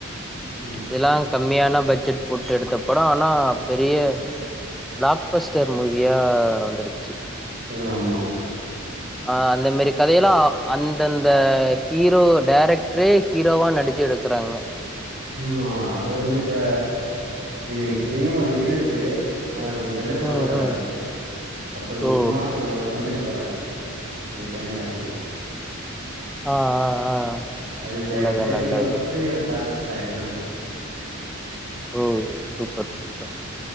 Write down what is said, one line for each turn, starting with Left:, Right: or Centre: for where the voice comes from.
Right: ம்
Centre: இதல்லா கம்மியான பட்ஜெட் போட்டு எடுத்த படோ ஆனா பெரிய பிளாக்பஸ்டர் மூவியா வந்துடுச்சு
Right: ம் ஆமா
Centre: அ அந்த மாரி கதையெல்லா அந்தந்த ஹீரோ டேரக்டரே ஹீரோவா நடிச்சு எடுக்கறாங்க
Right: மா அது வந்து இப்ப இது எங்க சீன்லயு ஒரு இருக்கு அத கொஞ்சோ வெளியில செல்லக்கூடாது
Centre: ம் ம்
Right: ஆனா ஒருத்தர் முக்கியமான
Centre: ஓ
Right: ஒருத்தர் வ வந்துட்டு போறார் அந்த கேமியாரோல்ல
Centre: ஆ ஆ ஆ
Right: அது த
Centre: நல்லது
Right: திரையரங்கில
Centre: நல்லது
Right: வரப்போது பிளாக்பஸ் டைட் நானிக்
Centre: ஓ சூப்பர் சூப்பர்